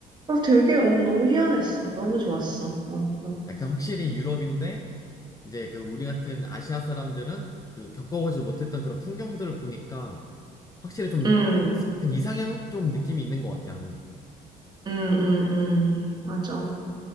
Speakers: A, on the right; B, on the left.
A: 어, 되게 어, 너무 희한했어. 너무 좋았어. 어, 어.
B: 약간 확실히 유럽인데, 이제 그 우리 같은 아시아 사람들은 그 겪어보지 못했던 그런 풍경들을 보니까 확실히 좀
A: 음,
B: 약간 이상향? 좀 느낌이 있는 것 같아, 나는.
A: 음, 음, 음. 맞아.